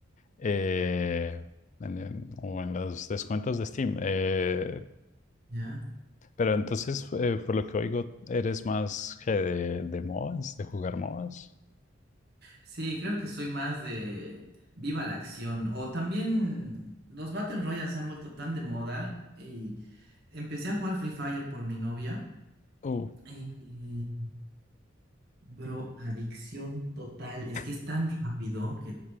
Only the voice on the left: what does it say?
eh, en- en- o en los descuentos de Steam. eh,
pero entonces, eh, por lo que oigo, eres más que de, de MOBAs, de jugar MOBAs.
Uh,
<laughs>